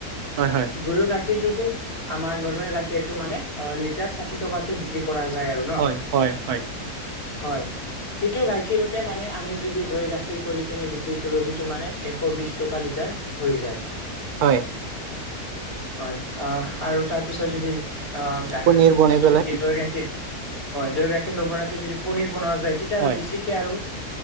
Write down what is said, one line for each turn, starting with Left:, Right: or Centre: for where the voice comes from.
Right: হয়, হয়
Left: গৰুৰ গাখীৰটোতো আমাৰ নৰ্মেল গাখীৰটো মানে অ লিটাৰ ষাঠি টকা বিক্ৰী কৰা যায় আৰু ন
Right: হয় হয় হয়
Left: হয় সেইটো গাখীৰকে মানে, আমি যদি দৈ গাখীৰ কৰি কিনে বিক্ৰী কৰোঁ সেইটো মানে এশ বিশছ টকা লিটাৰ হৈ যায়
Right: হয়।
Left: হয়, আহ আৰু তাৰপিছত যদি আহ গা
Right: পনীৰ বনাই
Left: যিটো
Right: পেলাই
Left: নেকি দৈ গাখীৰ হয়। দৈ গাখীৰ নবখি যদি পনীৰ বনোৱা যায় তেতিয়া
Right: হয়
Left: আৰু বেছিকে আৰু